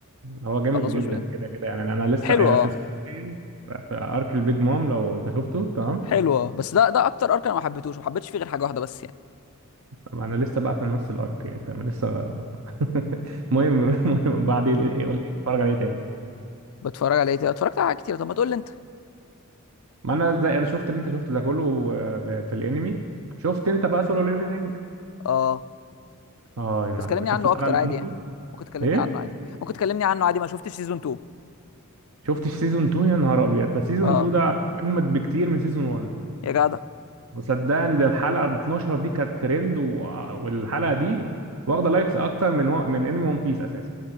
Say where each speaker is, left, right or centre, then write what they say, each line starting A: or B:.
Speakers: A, on the right; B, on the left.
A: هو جامد
B: تخلصوش
A: جدا
B: بجد
A: كده كده يعني انا أنا لسه
B: حلو
A: يعني
B: اه
A: في السعوديه في في ارك البيج مام لو انت شفته تمام
B: حلو اه بس ده ده اكتر ارك انا ما حبيتهوش ما حبيتش فيه غير حاجه واحده بس يعني
A: انا لسه بقى في النص الارك يعني فاهم لسه <laughs> المهم المهم بعدين إيه- قول لي اتفرج عليه تاني
B: بتفرج على ايه تاني؟ اتفرجت على حاجات كتير طب ما تقول لي انت
A: ما انا زي انا شفت اللي انت شفته ده كله آه، ب- في الانمي شفت انت بقى سولو ليفلنج
B: اه
A: اه يا نهار
B: بس كلمني
A: ابيض شفت
B: عنه
A: الحلقه
B: اكتر
A: ال
B: عادي
A: 12
B: يعني ممكن تكلمني
A: ايه
B: عنه عادي ممكن تكلمني عنه عادي ما شفتش سيزون 2
A: شفتش سيزون 2 يا نهار ابيض ده سيزون
B: اه
A: 2 ده اجمد بكتير من سيزون 1
B: يا جدع
A: وصدقني ده الحلقة 12 دي كانت ترند و... والحلقة دي واخدة لايكس أكتر من و... من أنمي ون بيس أساسا